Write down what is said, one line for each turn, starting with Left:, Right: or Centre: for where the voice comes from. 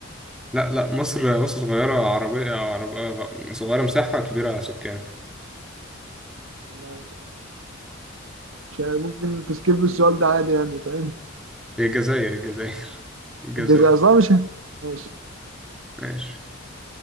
Centre: لا لا مصر مصر صغيرة عربية عربية صغيرة مساحة كبيرة سكان
Right: والله مش عارف، ممكن تسكيب السؤال ده عادي يعني فاهم
Centre: هي الجزائر الجزائر <laughs> الجزائر
Right: الجزائر صح مش ماشي
Centre: ماشي